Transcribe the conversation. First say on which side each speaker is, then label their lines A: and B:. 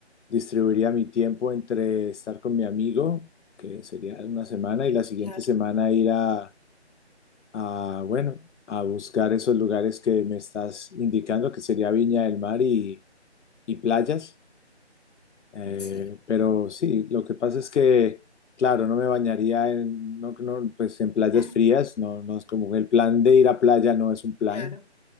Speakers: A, on the left (about 90°); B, on the left (about 35°).
A: distribuiría mi tiempo entre estar con mi amigo, que sería una semana, y la siguiente
B: Claro.
A: semana ir a a, bueno, a buscar esos lugares que me estás indicando, que sería Viña del Mar y, y playas. Eh,
B: Sí,
A: pero sí, lo que pasa es que, claro, no me bañaría en, no, no, pues en playas
B: <laughs>
A: frías, no, no es como el plan de ir a playa no es un plan,
B: claro.